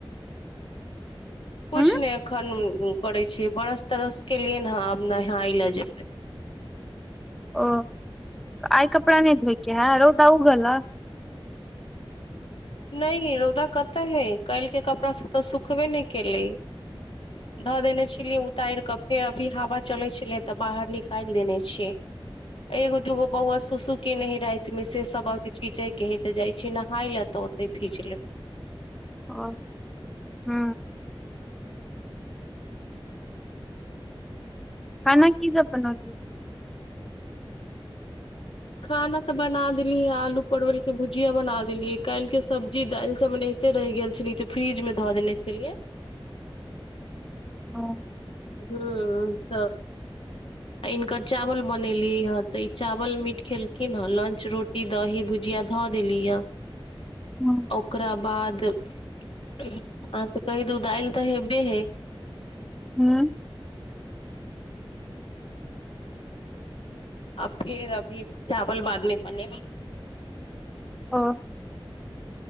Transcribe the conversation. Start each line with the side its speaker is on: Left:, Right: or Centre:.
Left: कुछ
Centre: हूँ
Left: ने एखन करे छी बरस तरस के लिए ने आब नहा ए ले जेबे
Centre: ओ आइ कपड़ा नेदबै रौद उगल
Left: नहि रौदा कते है काल्हि के कपड़ा सब तऽ सुूखबे नहि केले धऽ देने छलियै उतार कऽ फेर अभी हवा चले छलै तऽ बाहर निकालि देने छियै एगो दगो बौआ सुसु केने हय राति में से सब अभी खीचे के हे ते जाय छै नहााय ले तऽ फीच लबै
Centre: ओ हू खाना की सब बनलिय
Left: खाना तऽ बना देली आलू परवल के भुजिया बना देलीै काल्हि के सब्जी दालि सब बने ओते रहि गेल छलै ते फ्रिज मे धऽ देने छलियै
Centre: ह
Left: हू त आ इनकर चावल बनेलियै हे तऽ ई चावल मिीट खेलखिन ह लंच रोटी दही भुजिया धऽ देली ह
Centre: हूँ
Left: ओकरा बाद आ तऽ कहि द उ दइल तऽ हेबे है
Centre: हूँ
Left: अ फेर अभी चावल बादमे बने
Centre: ह